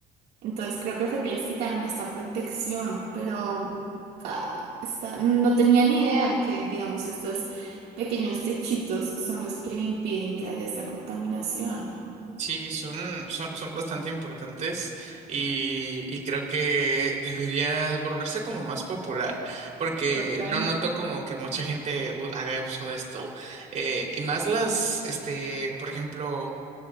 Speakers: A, on the right; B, on the right.
A: Entonces creo que fue que les quitaron esta protección, pero ah, está- no tenía ni idea que, digamos, estos pequeños techitos son los que impiden que haya esta contaminación.
B: Sí, son, son, son bastante importantes y, y creo que <laughs> debería volverse como más popular, porque
A: Total.
B: no noto como que mucha gente u- haga uso de esto. eh, y más las, este, por ejemplo,